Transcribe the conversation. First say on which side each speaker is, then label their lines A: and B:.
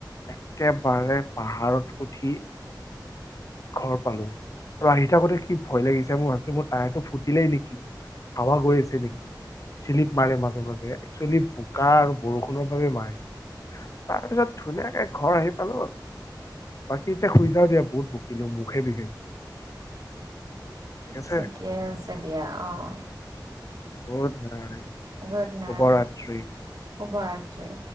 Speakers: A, on the left; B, on the right.
A: একেবাৰে পাহাৰত উঠি ঘৰ পালো আৰু আহি থাকোঁতে কি ভয় লাগিছে মই ভাবছো মোৰ টায়াৰ টো ফুটিলেই নেকি। হাৱা গৈ আছে নেকি। চিলিপ মাৰে মাজে মাজে একচুৱেলি বোকা আৰু বৰষুণৰ বাবে মাৰিছে। তাৰ পিছত ধুনীয়াকে ঘৰ আহি পালোঁ আৰু বাকী এতিয়া শুই যাও দিয়া বহুত, বহুত কিন্তু মুখে বিষা আছে
B: ঠিকে আছে দিয়া অ'।
A: গুডনাইট
B: গুড
A: শুভ
B: নাইট
A: ৰাত্ৰি।
B: শুভৰাত্ৰি।